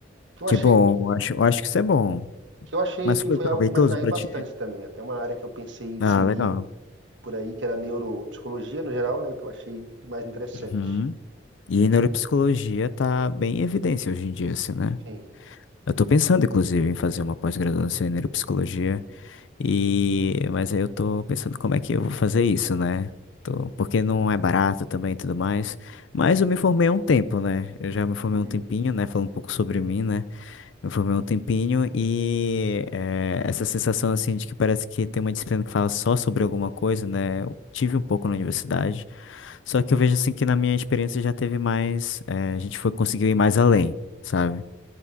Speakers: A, on the right; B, on the left.
A: que eu
B: Que
A: achei
B: bom,
A: que
B: eu acho, eu acho que isso é bom.
A: que eu achei
B: Mas
A: que
B: foi
A: foi
B: proveitoso
A: algo que me atraiu
B: pra
A: bastante
B: ti?
A: também. Até uma área que eu pensei em
B: Ah,
A: seguir
B: legal.
A: por aí, que era neuropsicologia no geral, né? Que eu achei mais interessante.
B: Uhum. E neuropsicologia tá bem em evidência hoje em dia, assim, né?
A: Sim.
B: Eu tô pensando, inclusive, em fazer uma pós-graduação em neuropsicologia. E, mas aí eu tô pensando como é que eu vou fazer isso, né? Tô- porque não é barato também e tudo mais. Mas eu me formei há um tempo, né? Eu já me formei
A: Uhum.
B: há um tempinho, né? Falando um pouco sobre mim, né? Me formei há um tempinho e eh, essa sensação, assim, de que parece que tem uma disciplina que fala só sobre alguma coisa, né? Eu tive um pouco na universidade. Só que eu vejo, assim, que na minha experiência já teve mais. eh, a gente foi, conseguiu ir mais além, sabe?